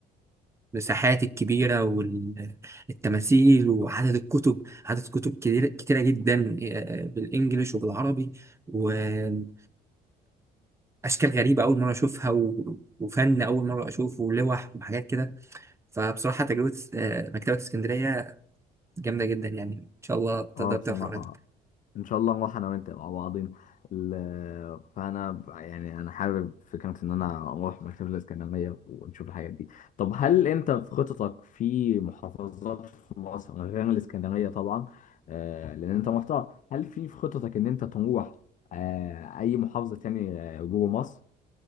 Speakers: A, on the right; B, on the left.
A: المساحات الكبيرة والتماثيل وعدد الكتب عدد كتب كتيرة كتيرة جدا آه، آه، بالإنجليش وبالعربي وأشكال غريبة أول مرة أشوفها و- وفن أول مرة أشوفه ولوح وحاجات كده فبصراحة تجربة آه، مكتبة اسكندرية جامدة جدا يعني إن شاء الله تقدر
B: اه
A: تروح
B: بصراحه
A: قريب
B: ان شاء الله نروح انا وانت مع بعضين ال- فانا ب- يعني انا حابب فكره ان انا اروح مكتبه الاسكندريه ونشوف الحاجات دي طب هل انت في خططك في محافظات في مصر غير الاسكندريه طبعا آه لان انت رحتها هل في في خططك ان انت تروح آه اي محافظه تاني آه، جوه مصر